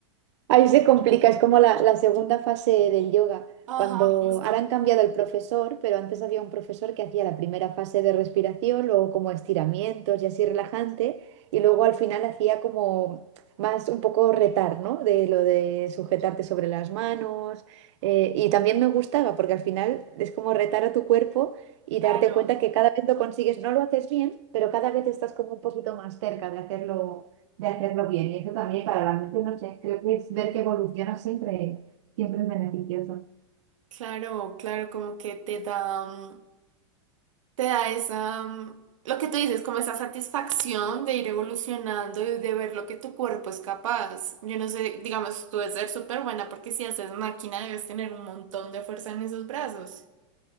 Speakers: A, on the right (about 65°); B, on the right (about 85°).
A: Ahí se complica, es como la, la segunda fase del yoga,
B: Ajá,
A: cuando
B: justo.
A: ahora han cambiado el profesor, pero antes había un profesor que hacía la primera fase de respiración, luego como estiramientos y así relajante, y luego al final hacía como más un poco retar, ¿no? De lo de sujetarte sobre las manos, eh, y también me gustaba porque al final es como retar a tu cuerpo y
B: Claro,
A: darte cuenta que cada vez lo consigues, no lo haces bien, pero cada vez estás como un poquito más cerca de hacerlo de hacerlo bien. Y eso también para la mente, no sé, creo que es ver que evoluciona siempre, siempre es beneficioso.
B: claro, claro, como que te da. mm, te da esa, mm, lo que tú dices, como esa satisfacción de ir evolucionando y de ver lo que tu cuerpo es capaz. Yo no sé, digamos, tú debes ser súper buena porque si haces máquina debes tener un montón de fuerza en esos brazos.